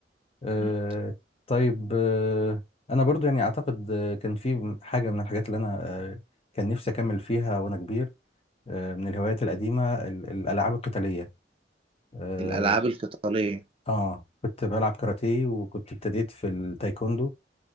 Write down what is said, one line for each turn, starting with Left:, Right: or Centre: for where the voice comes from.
Left: آه،
Right: مم.
Left: طيب آه، انا برضو يعني اعتقد آه، كان في حاجة من الحاجات اللي انا آه، كان نفسي اكمل فيها وانا كبير آه، من الهوايات القديمة ال- الالعاب القتالية اه
Right: الالعاب القتالية
Left: آه، كنت بلعب كاراتيه وكنت ابتديت في التايكوندو